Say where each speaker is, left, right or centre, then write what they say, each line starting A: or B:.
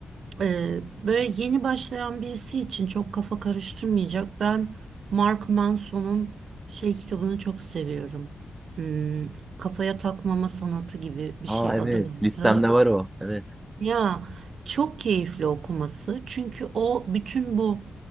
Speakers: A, on the right; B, on the right.
A: Ee, böyle yeni başlayan birisi için çok kafa karıştırmayacak. Ben Mark Manson'un şey kitabını çok seviyorum. Hmm, Kafaya takmama sanatı gibi bir
B: Aa
A: şey
B: evet
A: adı vardı.
B: listemde var o. Evet.
A: Ya çok keyifli okuması. Çünkü o bütün bu